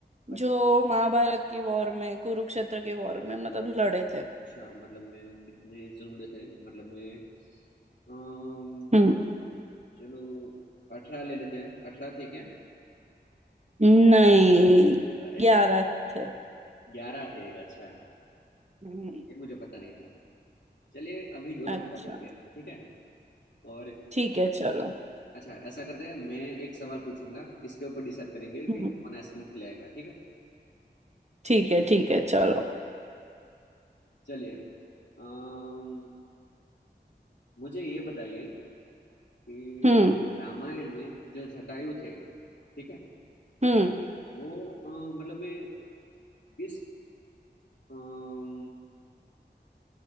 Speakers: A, on the left (about 80°); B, on the right (about 40°).
A: अच्छा
B: जो महाभारत की वॉर में कुरुक्षेत्र की वॉर में मतलब लड़े थे
A: अच्छा मतलब मैं कितने जुड़े थे मतलब मैं अम,
B: हम्म
A: चलो अठारह ले लेते हैं अठारह थे क्या
B: नहीं
A: अरे
B: ग्यारह थे
A: ग्यारह थे अच्छा
B: हम्म,
A: ये मुझे पता नहीं था चलिए अभी दोनों
B: अच्छा
A: बराबर गए ठीक है और
B: ठीक है चलो
A: अच्छा ऐसा करते हैं मैं एक सवाल पूछूंगा इसके ऊपर डिसाइड करेंगे
B: हम्म।
A: कि कौन आइसक्रीम खिलाएगा ठीक है
B: ठीक है ठीक है चलो
A: <laughs> चलिए अम, मुझे ये बताइए कि
B: हम्म
A: रामायण में जो जटायु थे ठीक है
B: हम्म
A: वो अ, मतलब में किस अम,